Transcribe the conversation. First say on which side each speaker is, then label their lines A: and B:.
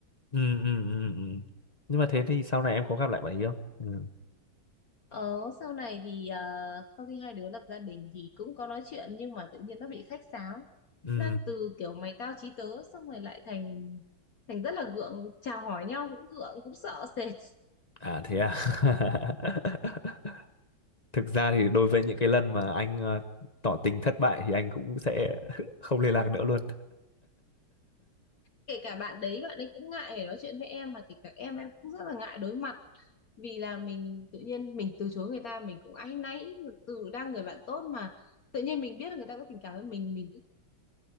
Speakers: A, on the left (about 30°); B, on the left (about 55°).
A: ừ ừ ừ ừ nhưng mà thế thì sau này em có gặp lại bạn ấy không ừ
B: ờ sau này thì ờ, sau khi hai đứa lập gia đình thì cũng có nói chuyện nhưng mà tự nhiên nó bị khách sáo
A: ừ
B: đang từ kiểu mày tao chí tớ xong rồi lại thành thành rất là gượng chào hỏi nhau cũng gượng cũng sợ sệt
A: à thế à <laughs> thực ra thì đối với những cái lần mà anh ờ, tỏ tình thất bại thì anh cũng sẽ <laughs> không liên lạc nữa luôn
B: kể cả bạn đấy bạn ấy cũng ngại để nói chuyện với em mà kể cả em em cũng rất là ngại đối mặt vì là mình tự nhiên mình từ chối người ta mình cũng áy náy từ đang người bạn tốt mà tự nhiên mình biết là người ta có tình cảm với mình mình cũng